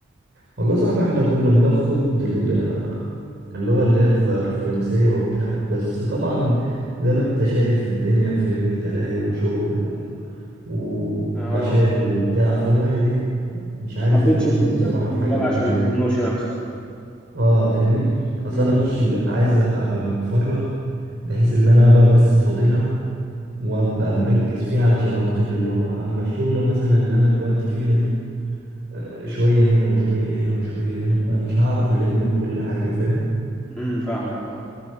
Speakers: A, on the right; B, in the centre.
A: والله صعب احنا كنا بناخد ال- اللغة اللي هي الف... الفرنسية وبتاع بس طبعا زي ما انت شايف الدنيا فاهمني تلاهي وشغل و... ومشاغل
B: أه
A: وبتاع فالواحد ايه مش عارف
B: ما حبيتش
A: ينتظم
B: تدوس
A: بصراحة
B: يعني في المجال
A: في حاجة معينة
B: عشان ما تخنقش نفسك
A: اه فاهمني اصل
B: امم
A: انا مش يبقى- عايز ابقى متفرغ بحيث ان انا ابقى بس فاضلها وابقى مركز فيها علشان اتقن اللغة اما الشغلة مثلا اللي انا دلوقتي فيها دي آه، شوية هنا وشوية هنا وشوية هنا فمش هعرف الم بكل حاجة فاهم
B: امم فاهمك أه